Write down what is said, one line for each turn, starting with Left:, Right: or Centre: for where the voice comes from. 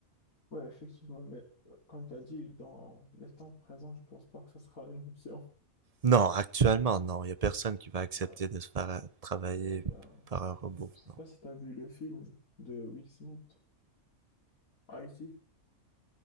Left: ouais, effectivement, mais euh, comme tu as dit, dans les temps présents, je pense pas que ce sera une option. <laughs>
Right: Non, actuellement,
Left: Mm.
Right: non. Il n'y a personne qui va accepter
Left: Ouais.
Right: de se faire euh, travailler
Left: Ouais, ben,
Right: par un robot.
Left: je sais
Right: Non.
Left: pas si tu as vu le film de Will Smith, Haïti.